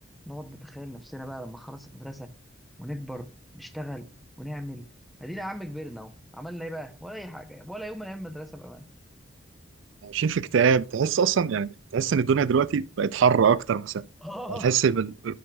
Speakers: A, in the centre; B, on the right.
A: نقعد نتخيل نفسنا بقى لما خلص المدرسه ونكبر نشتغل ونعمل ادينا يا عم كبرنا اهو عملنا ايه بقى ولا اي حاجه ولا يوم من ايام المدرسه بامان
B: عايشين في اكتئاب تحس اصلا يعني تحس ان الدنيا دلوقتي بقت حر اكتر مثلا
A: اه
B: يعني تحس بال...